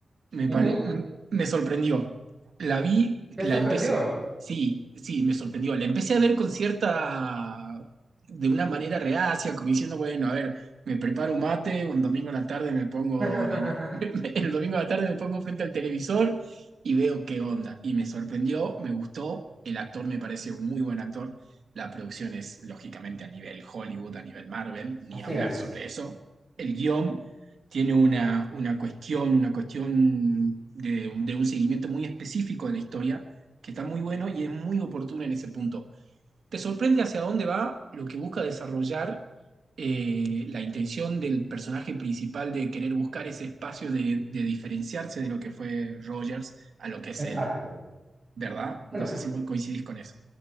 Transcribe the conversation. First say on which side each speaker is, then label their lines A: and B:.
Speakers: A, on the right; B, on the right.
A: me,
B: Ujú.
A: pare- m- me sorprendió. La vi,
B: ¿Te
A: la
B: sorprendió?
A: empecé, sí, sí, me sorprendió. La empecé a ver con cierta, de una manera reacia, como diciendo, bueno, a ver, me preparo un mate, un domingo a la tarde me pongo,
B: <laughs>
A: el, <laughs> el domingo a la tarde me pongo frente al televisor y veo qué onda. Y me sorprendió, me gustó, el actor me parece un muy buen actor. La producción es lógicamente a nivel Hollywood, a nivel Marvel, ni
B: Así
A: hablar
B: es.
A: sobre eso. El guión tiene una, una cuestión, una cuestión de, de un seguimiento muy específico de la historia, que está muy bueno y es muy oportuno en ese punto. Te sorprende hacia dónde va lo que busca desarrollar eh, la intención del personaje principal de querer buscar ese espacio de, de diferenciarse de lo que fue Rogers a lo que es
B: Exacto.
A: él, ¿verdad?
B: Bueno,
A: No sé si vos coincidís con eso.